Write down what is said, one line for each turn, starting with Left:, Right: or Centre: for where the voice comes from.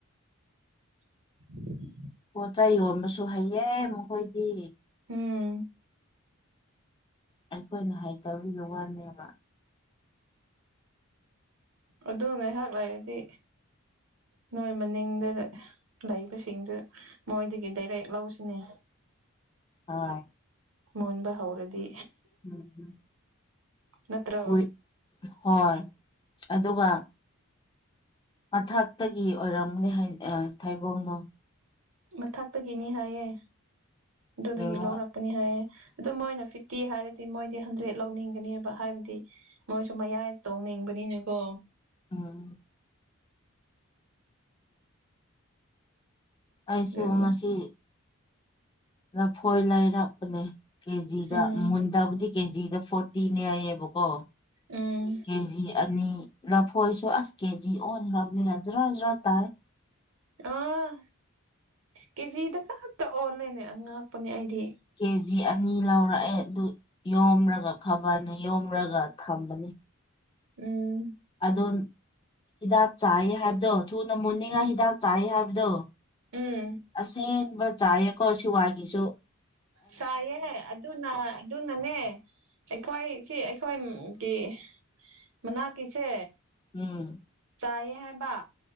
Right: <unintelligible>
Left: ꯄꯣꯠ ꯆꯩ ꯌꯣꯟꯕꯁꯨ ꯍꯩꯌꯦ ꯃꯈꯣꯏꯗꯤ
Right: ꯎꯝ
Left: ꯑꯩꯈꯣꯏꯅ ꯍꯩꯇꯕꯒꯤ ꯋꯥꯅꯦꯕ
Right: ꯑꯗꯨ ꯉꯥꯏꯍꯥꯛ ꯂꯩꯔꯗꯤ ꯅꯣꯏ ꯃꯅꯤꯡꯗ ꯂꯩꯕꯁꯤꯡꯗꯨ ꯃꯣꯏꯗꯒꯤ ꯗꯥꯏꯔꯦꯛ ꯂꯧꯁꯤꯅꯦ
Left: ꯍꯣꯢ
Right: ꯃꯨꯟꯕ ꯍꯧꯔꯗꯤ
Left: ꯎꯝ
Right: ꯅꯠꯇ꯭ꯔꯣ
Left: ꯀꯨꯏ ꯍꯣꯏ ꯑꯗꯨꯒ ꯃꯊꯛꯇꯒꯤ ꯑꯣꯏꯔꯝꯒꯅꯦ ꯍꯥꯏ ꯊꯥꯏꯕꯣꯡꯅꯣ
Right: ꯃꯊꯛꯇꯒꯤꯅꯤ ꯍꯥꯏꯌꯦ ꯑꯗꯨꯗꯒꯤ
Left: ꯌꯦꯡꯉꯣ
Right: ꯂꯧꯔꯛ ꯄꯅꯤ ꯍꯥꯏꯌꯦ ꯑꯗꯨ ꯃꯣꯏꯅ ꯐꯤꯐꯇꯤ ꯍꯥꯏꯔꯗꯤ ꯃꯣꯏꯗꯤ ꯍꯟꯗ꯭ꯔꯦꯗ ꯂꯧꯅꯤꯡꯒꯅꯦꯕ ꯍꯥꯏꯕꯗꯤ ꯃꯣꯏꯁꯨ ꯃꯌꯥꯏ ꯇꯣꯡꯅꯤꯡꯕꯅꯤꯅꯀꯣ
Left: ꯑꯥ ꯑꯩꯁꯨ
Right: ꯑꯗꯨ
Left: ꯉꯁꯤ ꯂꯐꯣꯏ ꯂꯩꯔꯛ ꯅꯦ ꯀꯦꯖꯤꯗ
Right: ꯎꯝ
Left: ꯃꯨꯟꯗꯕꯗꯤ ꯀꯦꯖꯤꯗ ꯐꯣꯔꯇꯤꯅꯦ ꯍꯥꯏꯌꯦꯕꯀꯣ
Right: ꯎꯝ
Left: ꯀꯦꯖꯤ ꯑꯅꯤ ꯂꯐꯣꯏꯁꯨ ꯑꯁ ꯀꯦꯖꯤ ꯑꯣꯟꯈ꯭ꯔꯕꯅꯤꯅ ꯖꯔꯥ ꯖꯔꯥ ꯇꯥꯡꯏ
Right: ꯑꯥ ꯀꯦꯖꯤꯗ ꯈꯛꯇ ꯑꯣꯜꯂꯦꯅꯦ ꯑꯉꯥꯛꯄꯅꯦ ꯑꯩꯗꯤ
Left: ꯀꯦ ꯖꯤ ꯑꯅꯤ ꯂꯧꯔꯛꯑꯦ ꯑꯗꯨ ꯌꯣꯝꯂꯒ ꯈꯕꯔꯅ ꯌꯣꯝꯔꯒ ꯊꯝꯕꯅꯤ
Right: ꯎꯝ
Left: ꯑꯗꯣ ꯍꯤꯗꯥꯛ ꯆꯥꯏ ꯍꯥꯏꯕꯗꯣ ꯊꯨꯅ ꯃꯨꯅꯤꯡꯉꯥꯏ
Right: ꯎꯝ
Left: ꯍꯤꯗꯥꯛ ꯆꯥꯏ ꯍꯥꯏꯕꯗꯣ
Right: ꯎꯝ
Left: ꯑꯁꯦꯡꯕ ꯆꯥꯏꯌꯦꯀꯣ ꯁꯤꯋꯥꯒꯤꯁꯨ
Right: ꯆꯥꯏꯌꯦ ꯑꯗꯨꯅ ꯑꯗꯨꯅꯅꯦ ꯑꯩꯈꯣꯏ ꯁꯤ ꯑꯩꯈꯣꯏꯒꯤ ꯃꯅꯥꯛꯀꯤꯁꯦ
Left: ꯎꯝ
Right: ꯆꯌꯦ ꯍꯥꯏꯕ